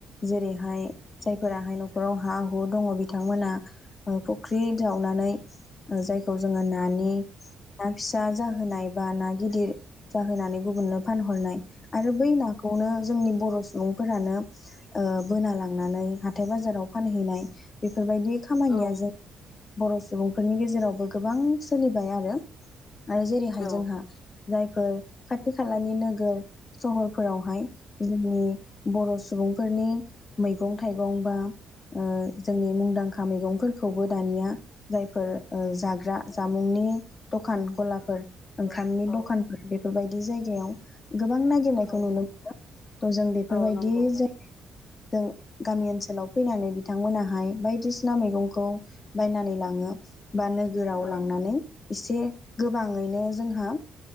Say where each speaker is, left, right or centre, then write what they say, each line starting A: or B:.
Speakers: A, on the left; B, on the left.
A: जेरैहाय जायफोराहाय नख'राव हा हु दङ बिथांमोना ओ फुख्रि जावनानै ओ जाय खौ जोङो नानि ना फिसा जाहोनाय बा ना गिदिर जाहोनानै गुबुननो फानहरनाय आरो बै नाख खौनो जोंनि बर' सुबुंफोरानो ओ बोना लांनानै हाथाय बाजाराव फानहैनाय बेफ फोरबायदि खामानिया
B: औ
A: जों बर' सुबुंफोरनि गेजेरावबो गोबां सोलिबाय आरो आरो जेरैहाय
B: औ
A: जोंहा जायफोर खाथि खालानि नोगोर- सहरफोरावहाय जोनि बर' सुबुंफोरनि मैगं थाइगं बा ओ जोंनि मुंदांखा मैगंफोरखौबो दानिया जायफोर ओ जाग्रा जामुंनि दखान गलाफोर ओंखामनि
B: औ औ
A: दखानफोर बेफ- बायदि जायगायाव गोबां नागिरनायखौ
B: औ
A: नुनो मोनो थ जों बेफोरबायदि
B: औ नंगौ
A: <unintelligible> दों गामि ओनसोलाव फैनानै बिथांमोनाहाय बायदिसिना मैगंखौ बायनानै लाङो बा नोगोराव
B: औ
A: लांनानै एसे गोबाङैनो जोंहा।